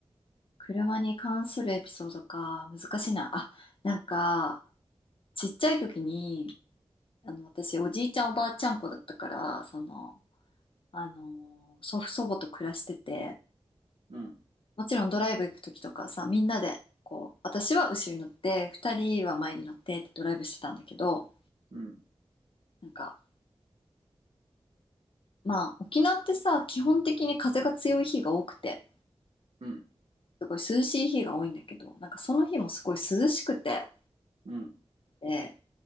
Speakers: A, on the left; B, on the right.
A: 車に関するエピソードか。難しいな。あ、なんか、ちっちゃい時に、あの、私、おじいちゃんおばあちゃん子だったから、その、あの、祖父祖母と暮らしてて、
B: うん。
A: もちろんドライブ行く時とかさ、みんなで、こう、私は後ろに乗って、二人は前に乗ってってドライブしてたんだけど、
B: うん。
A: なんか、まあ、沖縄ってさ、基本的に風が強い日が多くて、
B: うん。
A: すごい涼しい日が多いんだけど、なんかその日もすごい涼しくて、
B: うん。
A: で、